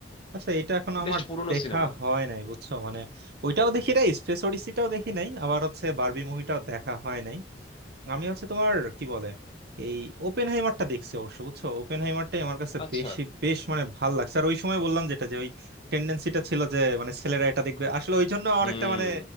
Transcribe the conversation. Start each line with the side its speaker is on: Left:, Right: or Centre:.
Right: আচ্ছা এটা এখন আমার
Left: বেশ পুরনো
Right: দেখা
Left: সিনেমা
Right: হয় নাই বুঝছো মানে ওইটাও দেখি নাই স্পেস অডিসিটাও দেখি নাই আবার হচ্ছে বারবি মুভিটাও দেখা হয় নাই আমি হচ্ছে তোমার কি বলে এই ওপেন হাইমারটা দেখছি অবশ্য বুঝছো ওপেন হাইমারটাই আমার কাছে
Left: আচ্ছা
Right: বেশি বেশ মানে ভাল লাগছে আর ওই সময় বললাম যেটা যে ওই টেন্ডেন্সিটা ছিল যে মানে ছেলেরা এটা দেখবে আসলে ওই জন্য আমার
Left: হুম
Right: একটা মানে